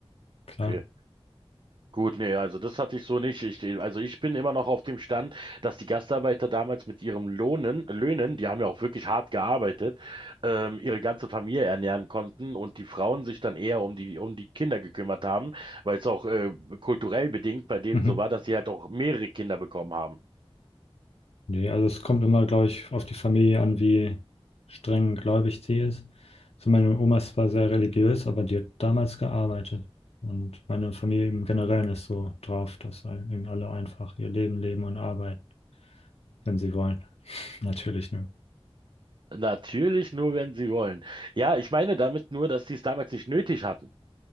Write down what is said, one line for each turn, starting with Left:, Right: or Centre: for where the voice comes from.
Left: Klar.
Right: Okay. Gut, nee, also das hatte ich so nicht. Ich, also ich bin immer noch auf dem Stand, dass die Gastarbeiter damals mit ihrem Lohnen, Löhnen, die haben ja auch wirklich hart gearbeitet, ähm, ihre ganze Familie ernähren konnten und die Frauen sich dann eher um die, um die Kinder gekümmert haben, weil es auch äh, kulturell bedingt bei denen
Left: Mhm.
Right: so war, dass sie halt auch mehrere Kinder bekommen haben.
Left: Nee, also es kommt immer, glaube ich, auf die Familie an, wie streng gläubig sie ist. So meine Oma ist zwar sehr religiös, aber die hat damals gearbeitet. Und meine Familie im Generellen ist so drauf, dass halt eben alle einfach ihr Leben leben und arbeiten, wenn sie wollen. Natürlich nur.
Right: Natürlich nur, wenn sie wollen. Ja, ich meine damit nur, dass sie es damals nicht nötig hatten.